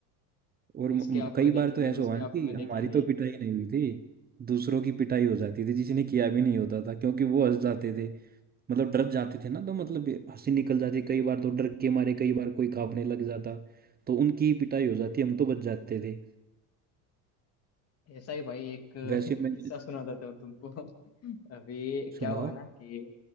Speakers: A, on the right; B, on the left.
A: और म-
B: इसके
A: म-
B: आंखों
A: कई
B: में देखेंगे
A: बार तो ऐसा
B: उसके
A: हुआ ना
B: आंखों
A: कि
B: में
A: हमारी
B: देखेंगे
A: तो पिटाई नहीं हुई थी दूसरों की पिटाई हो जाती थी जिसने किया भी नहीं होता था क्योंकि वो हंस जाते थे मतलब डर जाते थे ना तो मतलब ये हंसी निकल जाती कई बार तो डर के मारे कई बार कोई कांपने लग जाता तो उनकी ही पिटाई हो जाती हम तो बच जाते थे
B: ऐसा ही भाई एक
A: वैसे मैं
B: <laughs> किस्सा सुनाता था तुमको <laughs> अभी क्या
A: सुनाओ
B: हुआ ना कि